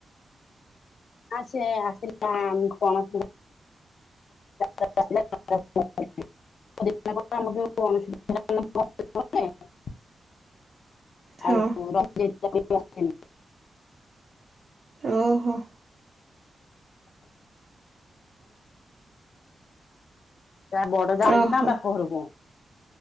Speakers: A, on the left; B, on the right.
A: ଆ ସିଏ ଆସିଲା କଣସ <unintelligible> <unintelligible> <inaudible>
B: ହଁ।
A: ଆଉ ରଞ୍ଜ ଆନି <inaudible>
B: ଓହୋ।
A: ତା ବଡ ଜା ଯାଇଛନ୍ତି
B: ଓହୋ
A: ତାଙ୍କ ବାପ ଘରକୁ